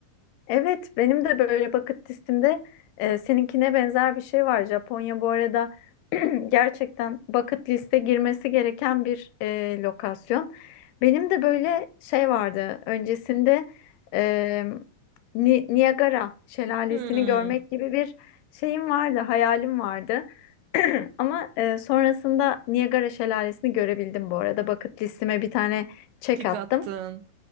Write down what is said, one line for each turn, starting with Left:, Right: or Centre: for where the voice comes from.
Left: Evet, benim de böyle bucket listemde e, seninkine benzer bir şey var. Japonya bu arada <clears throat> gerçekten bucket liste girmesi gereken bir e, lokasyon. Benim de böyle şey vardı. Öncesinde e, Ni- Niagara şelalesini
Right: Hmm,
Left: görmek gibi bir şeyim vardı, hayalim vardı. Ama e, sonrasında Niagara şelalesini görebildim bu arada. Bucket listeme bir tane çek
Right: tik
Left: attım.
Right: attın.